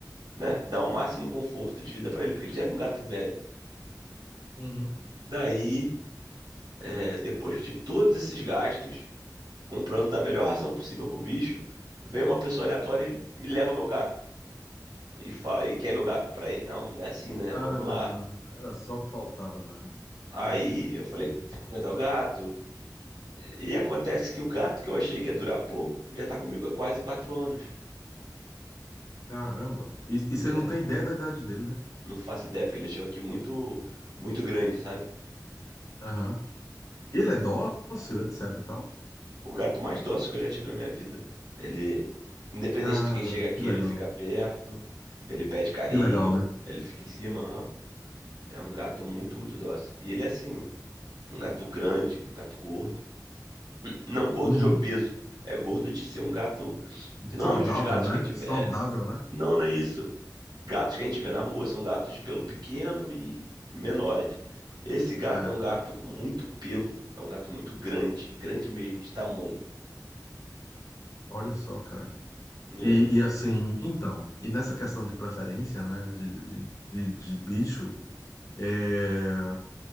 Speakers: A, on the right (about 80°); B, on the left (about 45°).
A: né, dar o máximo conforto de vida pra ele, porque ele já era um gato velho.
B: Uhum.
A: Daí É, depois que eu tive todos esses gastos, comprando da melhor ração possível pro bicho, vem uma pessoa aleatória e me leva meu gato. E fala, e quer meu gato pra ele? Não, não é assim, né?
B: Ai,
A: Vamos lá.
B: mano, era só o que faltava mesmo.
A: Aí eu falei, não é dar o gato. E acontece que o gato que eu achei que ia durar pouco, já tá comigo há quase quatro anos.
B: Caramba. E, e
A: É,
B: você não tem ideia da idade dele, né?
A: não faço ideia, porque ele chegou aqui muito, muito grande, sabe?
B: Aham. E ele é dócil, etc e tal?
A: O gato mais dócil que eu já tive na minha vida. Ele, independente
B: Cara,
A: de quem chega aqui,
B: que legal.
A: ele fica perto, ele pede carinho,
B: Que legal, né?
A: ele fica em cima, É um gato muito, muito dócil. E ele é assim, um gato grande, um gato gordo. Não gordo
B: Uhum.
A: de obeso. É gordo de ser um gato. que Normalmente
B: Saudável,
A: os gatos
B: né?
A: que a gente
B: Saudável,
A: vê. é,
B: né?
A: Não, não é isso. Gatos que a gente vê na rua são gatos de pelo pequeno e menores. Esse gato
B: É.
A: é um gato com muito pelo. É um gato muito grande. Grande mesmo, de tamanho.
B: Olha só, cara.
A: É.
B: E, e assim, então, e nessa questão de preferência, né? De, de, de, de bicho, é,